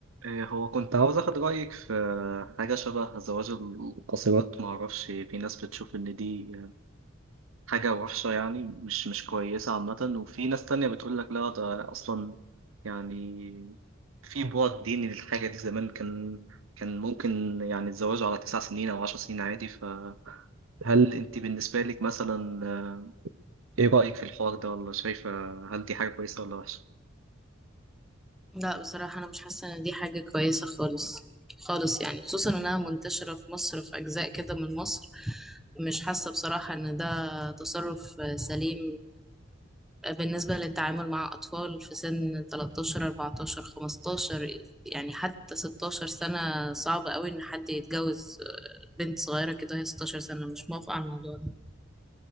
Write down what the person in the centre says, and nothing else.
لا بصراحة أنا مش حاسة إن دي حاجة كويسة خالص خالص يعني خصوصا إنها منتشرة في مصر في أجزاء كده من مصر مش حاسة بصراحة إن ده تصرف سليم بالنسبة للتعامل مع أطفال في سن 13 14 15 يعني حتى 16 سنة صعب قوي إن حد يتجوز بنت صغيرة كده هي 16 سنة مش موافقة على الموضوع ده